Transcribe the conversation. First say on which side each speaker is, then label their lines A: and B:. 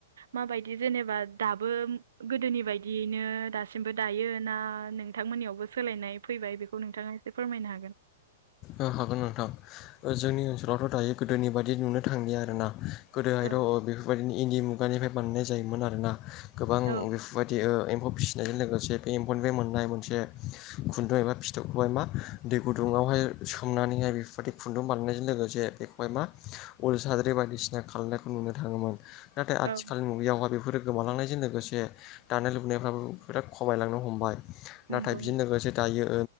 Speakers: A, on the right; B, on the left.
A: माबायदि जेनेबा दाबो गोदोनि बायदियैनो दासिमबो दायो ना नोंथांमोननियावबो सोलायनाय फैबाय बेखौ नोंथाङा एसे फोरमायनो हागोन?
B: औ हागोन नोंथां जोंनि ओनसोलावथ' दायो गोदोनि बायदि नुनो थांलिया आरोना गोदोहाय
A: औ
B: र' बेफोरबायदिनो इन्दि मुगानिफ्राय बानायनाय जायोमोन आरोना गोबां
A: औ
B: बे बायदि एम्फौ फिसिनायजों लोगोसे बे एम्फौनिफ्राय मोननाय मोनसे खुन्दुं एबा फिथोबखौहाय मा दै गुदुुंआव हाय सोमनानैहाय बेफोरबादि खुन्दुं बानायनायजों लोगोसे बेखौहाय मा उल साद्रि बायदिसिना खालामनाय नुनो थाङोमोन नाथाय आथिखालनि
A: औ
B: मुगायावहाय बेफोरो गोमालांनायजों लोगोसे दानाय लुनायफ्राबो बिराद खमायलांनो हमबाय नाथाय
A: नंगौ
B: बेजों
A: नों
B: लोगोसे दायो